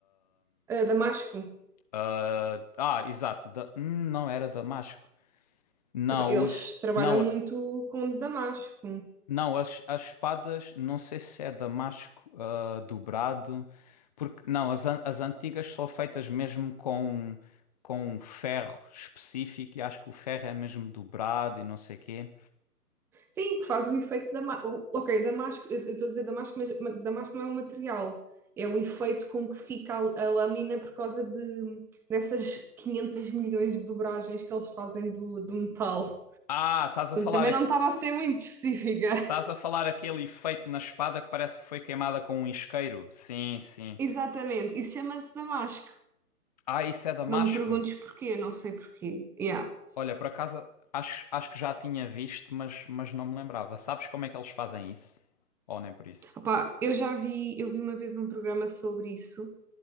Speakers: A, in the centre; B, on the left.
A: Ah, damasco.
B: ah, ah, exato, da- hum, não era Damasco. Não,
A: Epá, Eles
B: os.
A: trabalham
B: Não,
A: muito com damasco.
B: Não, as, as espadas, não sei se é damasco ah, dobrado, porque não, as, an- as antigas são feitas mesmo com, com um ferro específico e acho que o ferro é mesmo dobrado e não sei quê.
A: Sim, que faz o efeito da ma- o Ok, damasco, eu eu estou a dizer damasco, mas ma- damasco não é um material. É o efeito com que fica a, a lâmina por causa de, dessas 500 milhões de dobragens que eles fazem do, do metal.
B: Ah, estás a falar,
A: Também
B: aque-
A: não estava a ser muito específica. <laughs>
B: estás a falar aquele efeito na espada que parece que foi queimada com um isqueiro? Sim, sim.
A: Exatamente, isso chama-se damasco.
B: Ah, isso é damasco?
A: Não me perguntes porquê, não sei porquê. Yeah.
B: Olha, por acaso acho, acho que já tinha visto, mas, mas não me lembrava. Sabes como é que eles fazem isso? Ou nem por isso?
A: Opá, eu já vi, eu vi uma vez um programa sobre isso,